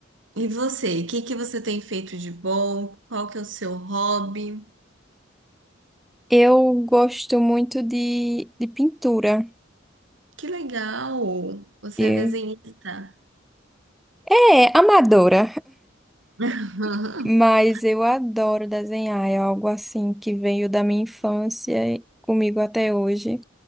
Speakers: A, on the right; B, in the centre.
A: e você? O que que você tem feito de bom? Qual que é o seu hobby?
B: Eu gosto muito de, de pintura.
A: Que legal! Você
B: E-
A: é desenhista.
B: É, amadora,
A: <laughs>
B: <laughs> mas eu adoro desenhar. É algo assim que veio da minha infância e comigo até hoje.